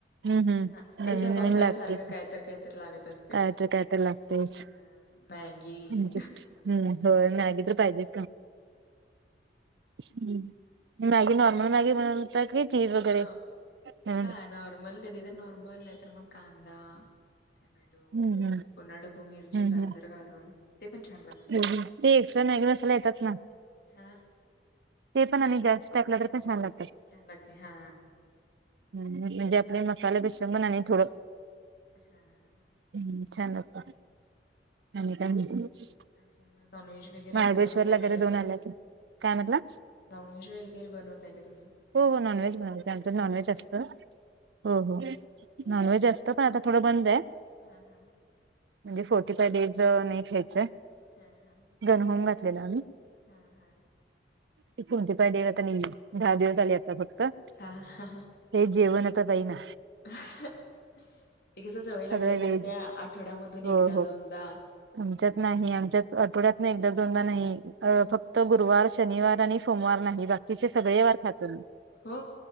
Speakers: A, on the right; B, on the left.
A: हम्म हम्म
B: हा तेच
A: नवीन
B: पावसाळ्यासारखं
A: नवीन लागतेत
B: कायतर कायतर लागत असते
A: काय तर काय तर लागतेच.
B: हा मॅगी
A: आमच्यात हम्म. होय मॅगी तर पाहिजे <unintelligible> मॅगी नॉर्म हम्म मॅगी बनवता की चीज वगैरे
B: न
A: हम्म.
B: हा नॉर्मल कधी तर नॉर्मल नाही तर मग कांदा टोमॅटो
A: हम् हम्म.
B: पुन्हा डबू मिरची
A: हम्म
B: गाजर घालून ते पण छान लागतय.
A: हम्म ते एक्स्ट्रा मॅगी मसाला येतात ना
B: हा.
A: ते पण आणि जास्त टाकल तर कशाला?
B: छान लागतय हा.
A: हम म्हणजे आपले मसाला बेसन बन आणि थोडं
B: हां हां.
A: हम्म छान लागत आणि काय म्हणता?
B: अजून नॉनव्हेज वगैरे
A: महाबळेश्वरला
B: बनवताय का
A: वगैरे
B: तुम्ही
A: जाऊन आला काय? काय म्हंटला?
B: नॉनव्हेज वैगेरे बनवताय का तुम्ही?
A: हो हो नॉनव्हेज बनवतो आमच्यात नॉनव्हेज
B: बनवताय
A: असतं.
B: का?
A: हो हो नॉनव्हेज असत पण आता थोडं बंदाय.
B: हां हां.
A: म्हणजे फोर्टी फाय डेज नाही खायच
B: हा हा हा
A: गन होम घातलेल आम्ही.
B: हा हा.
A: ते फोर्टी फाय डेज आता नई दहा दिवस झाले आता फक्त.
B: हा हा.
A: ते जेवण आता जाई ना
B: हा - ते कसं सवय लागलेल्या
A: सगळं व्हेज
B: असत्या आठवड्यामधून एकदा
A: हो हो
B: दोनदा.
A: आमच्यात नाही आमच्यात आठवड्यातन एकदा दोनदा नाही अ
B: मग
A: फक्त त गुरुवार शनिवार आणि सोमवार नाही बाकीचे सगळे वार खातो मी.
B: हो